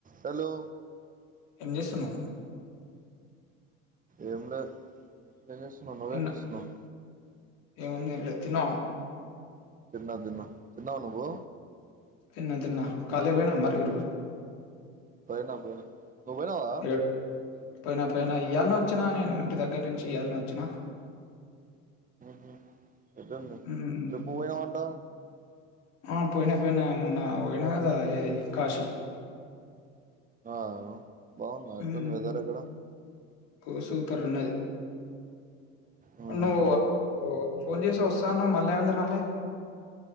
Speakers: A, on the right; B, on the left.
A: Hello
B: ఏం చేస్తున్నావు
A: ఏం లే ఏం చేస్తున్నావు నువేం
B: తిన్న
A: చేస్తున్నావు
B: ఏం చేయట్లే తిన్నావా
A: తిన్నా తిన్న తిన్నావా నువ్వు
B: తిన్న తిన్న కాలే పోయనవ మరి ఈరోజు
A: పోయినా పో నుబోయినావా
B: ఏడు పోయినా పోయినా ఇయాలని వచ్చిన నేను ఇంటి దగ్గర నుంచి ఇయాలని వచ్చిన
A: మ్మ్ హ్మ్ ఎట్టుంది
B: ఉమ్,
A: చెప్పు పోయేమంట
B: ఆ పోయినా పోయినా మొన్న పోయినా కదా ఏ కాశీ
A: ఆహ్ బాగుందా ఎట్లుంది
B: ఉమ్,
A: వెదర్ అగడ
B: ఓ సూపర్ ఉన్నది
A: ఉమ్
B: నువ్ వోచ్ ఫోన్ చేసి వస్సాన్నవ్ మళ్ళీ ఏమైంది రాలే